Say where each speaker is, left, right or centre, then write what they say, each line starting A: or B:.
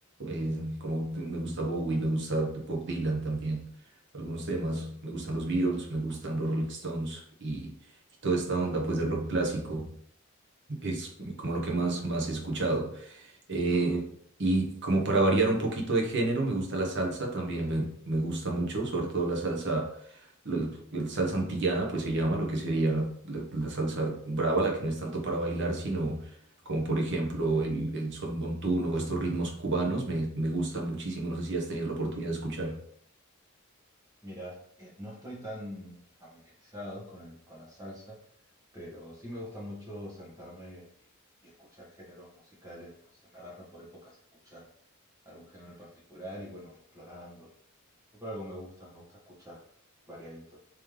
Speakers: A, on the right; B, on the right.
A: Eh, como me gusta Bowie, me gusta Bob Dylan también, algunos temas, me gustan los Beatles, me gustan los Rolling Stones y, y toda esta onda pues de rock clásico es como lo que más, más he escuchado. Eh, y como para variar un poquito de género, me gusta la salsa también, me, me gusta mucho, sobre todo la salsa, lo- el salsa antillana, pues se llama, lo que sería la, la salsa brava, la que no es tanto para bailar, sino como por ejemplo el, el son montuno o estos ritmos cubanos, me, me gustan muchísimo, no sé si has tenido la oportunidad de escuchar.
B: Mira, eh, no estoy tan familiarizado con el- con la salsa, pero sí me gusta mucho sentarme y, y escuchar géneros musicales. No sé, me agarra por épocas a escuchar algún género en particular y bueno, voy explorando. Y siempre algo me gusta, me gusta escuchar variadito.